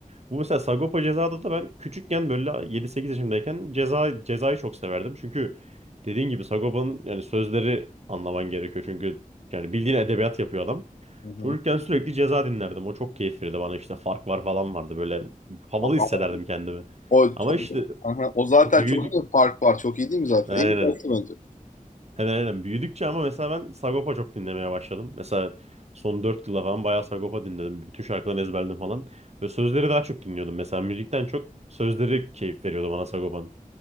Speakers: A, on the right; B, on the left.
A: Bu mesela Sagopa Ceza'da da ben küçükken böyle yedi sekiz yaşındayken ceza cezayı çok severdim. Çünkü dediğin gibi Sagopa'nın yani sözleri anlaman gerekiyor. Çünkü yani bildiğin edebiyat yapıyor adam.
B: Hı hı.
A: Çocukken sürekli ceza dinlerdim. O çok keyif verirdi bana işte fark var falan vardı böyle havalı
B: Ama
A: hissederdim kendimi.
B: O, o,
A: Ama işte
B: aha, o zaten
A: büyüdük,
B: çok iyi bir fark var. Çok iyi değil mi zaten?
A: Aynen.
B: En iyi şarkı bence.
A: Aynen aynen. Büyüdükçe ama mesela ben Sagopa çok dinlemeye başladım. Mesela son 4 yıla falan bayağı Sagopa dinledim. Bütün şarkılarını ezberledim falan. Ve sözleri daha çok dinliyordum. Mesela müzikten çok sözleri keyif veriyordu bana Sagopa'nın.